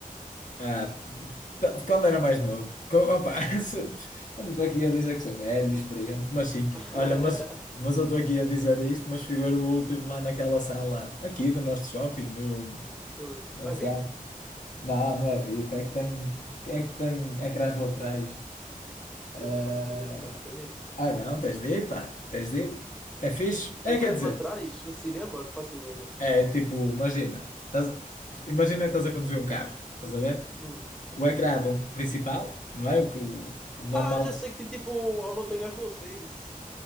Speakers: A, on the left (about 60°); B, in the centre.
A: ah, t- quando era mais novo, co- opa, <laughs> se- eu não estou aqui a dizer que sou velho, experiente, mas sim,
B: <laughs>
A: olha, mas, mas eu estou aqui a dizer isto, mas fui ver o último lá naquela sala aqui do nosso shopping, o,
B: Hum.
A: como
B: A
A: é que
B: VIP?
A: se chama? Não, não é VIP, é que tem, é que tem ecrãs laterais. Ah,
B: Eu não faço ideia, nunca fui nisso.
A: Ai não, tens de ir, pá, tens de ir. É fixe? É,
B: Ecrãs
A: quer dizer,
B: laterais? No cinema? Não faço ideia.
A: é tipo, imagina, estás, imagina que estás a conduzir um carro, estás a ver?
B: Hum.
A: O ecrã do principal, não é? O, que- o normal
B: Ah, já sei que tem, tipo, a montanha-russa, isso.